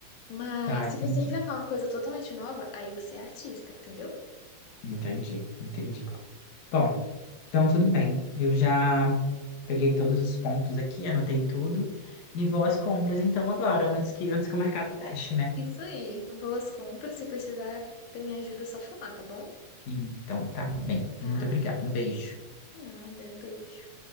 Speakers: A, on the left; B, on the left.
A: Mas
B: Tá,
A: se
B: entendi.
A: você inventar uma coisa totalmente nova, aí você é artista, entendeu?
B: Entendi, entendi. Bom, então tudo bem. Eu já peguei todos os pontos aqui, anotei tudo e vou às compras então agora, antes que antes que o mercado feche, né?
A: Isso aí. Boas compras. Se precisar da minha ajuda, é só falar, tá bom?
B: Então tá bem.
A: Tá.
B: Muito obrigado. Um beijo.
A: Nada. Beijo.